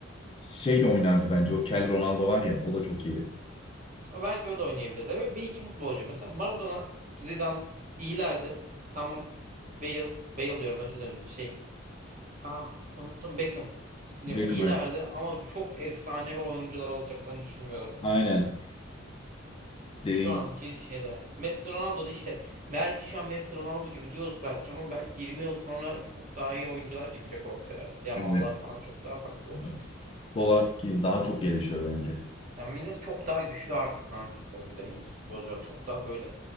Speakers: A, on the left (about 25°); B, on the right (about 40°).
A: şey de oynardı bence. O Kel Ronaldo var ya o da çok iyiydi.
B: Belki o da oynayabilirdi. Öyle bir iki futbolcu. Mesela Maradona, Zidane iyilerdi. Tamam. Bale, Bale diyorum özür dilerim. Şey. Aa unuttum Beckham. Ya,
A: Beckham
B: iyilerdi ama çok efsanevi oyuncular olacaklarını düşünmüyorum.
A: Aynen. Dediğin
B: Şu anki
A: gibi.
B: şeyde. Messi Ronaldo da işte belki şu an Messi Ronaldo gibi diyoruz belki ama belki 20 yıl sonra çok daha iyi oyuncular çıkacak ortaya. Yamallar
A: Evet.
B: falan çok daha farklı olacak.
A: evet. Futbol
B: Yani,
A: artık ki daha çok gelişiyor bence.
B: yani millet çok daha güçlü artık kanka. Bir de yeni futbolcular çok daha böyle.